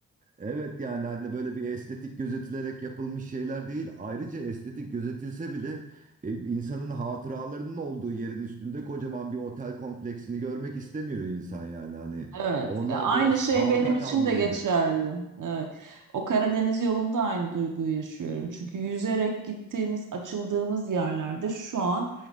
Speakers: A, on the right (about 20°); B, on the right (about 55°).
A: Evet yani hani böyle bir estetik gözetilerek yapılmış şeyler değil. Ayrıca estetik gözetilse bile e, insanın hatıralarının olduğu yerin üstünde kocaman bir otel kompleksini görmek istemiyor insan yani. Hani
B: Evet,
A: oralar
B: e, aynı
A: biraz
B: şey
A: halka
B: benim için
A: kalmalıydı.
B: de geçerli. Evet. O Karadeniz yolunda aynı duyguyu yaşıyorum. Çünkü yüzerek gittiğimiz, açıldığımız yerlerde şu an